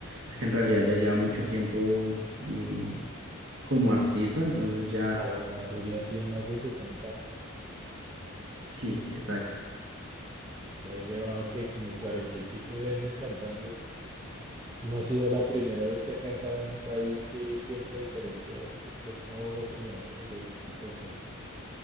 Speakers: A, on the right; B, on the right.
A: es que en realidad ya lleva mucho tiempo eh, como artista, entonces ya,
B: Calamaro ya tiene más de 60 años.
A: sí, exacto.
B: Ya lleva que como 40 y pico de años cantando No ha sido la primera vez que ha cantado en un país que piensa diferente a él y porque hasta ahora se le da por hacer ese tipo de cosas.